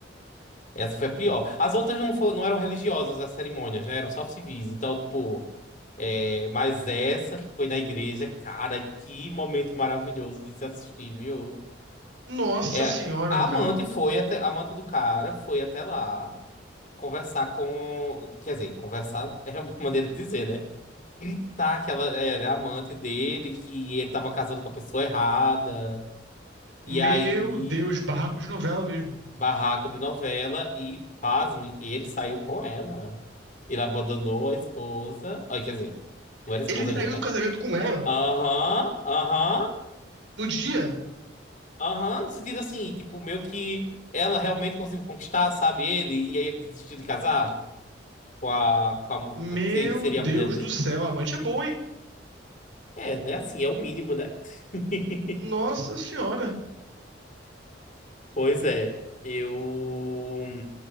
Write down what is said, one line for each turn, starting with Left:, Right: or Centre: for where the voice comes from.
Left: Essa foi a pior. As outras não, fo- não eram religiosas, as cerimônias, né? Eram só civis. Então, tipo, é, mas essa que foi na igreja, cara, que momento maravilhoso de se assistir, viu?
Right: Nossa
Left: É,
Right: senhora,
Left: a
Right: cara.
Left: amante foi até, a amante do cara foi até lá conversar com, quer dizer, conversar <laughs> é uma maneira de dizer, né? Gritar que ela era amante dele, que ele tava casando com a pessoa errada. E
Right: Meu
Left: aí.
Right: Deus, barraco de novela mesmo.
Left: Barraco de novela e, pasme, ele saiu com ela. Ele abandonou a esposa. Ai, quer dizer, não era esposa
Right: Ele saiu
Left: ainda, né?
Right: do casamento com ela
Left: Aham, aham,
Right: no dia.
Left: aham. No sentido assim, tipo, meio que ela realmente conseguiu conquistar, sabe, ele, e aí ele desistiu de casar com a, com a, mu-
Right: Meu
Left: com a que se- que seria
Right: Deus
Left: a mulher dele.
Right: do céu, a amante é bom, hein?
Left: É, né? Assim, é o mínimo, né? <laughs>
Right: Nossa senhora.
Left: Pois é, eu